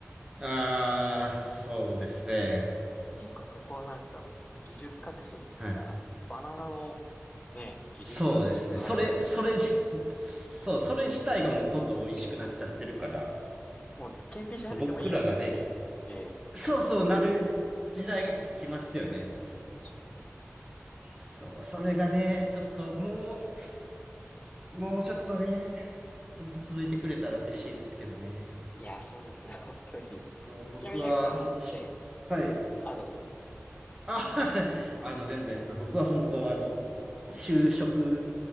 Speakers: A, on the right; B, on the left.
A: あー、そうですね。
B: 結構そこはなんかもう、技術革新が、
A: はい。
B: バナナのね、技術革新が早すぎて、
A: そうですね。それ、それじ、そう、それ自体がもうどんどん美味しくなっちゃってるから、
B: もう、検品しなくてもいいよって。
A: そう、僕らがね、
B: ええ。
A: そうそうなる時代がきっと来ますよね。
B: そうですよ。
A: そう、それがね、ちょっともう、もうちょっとね、ほんと続いてくれたら嬉しいですけどね。
B: いや、そうですね、<laughs> 本当に。
A: そう僕はほんとし、
B: ちなみになんか、ええ。
A: はい。
B: あ、どうぞどうぞ。
A: あ、<laughs> すあの、全然、あ、僕は本当あの、就職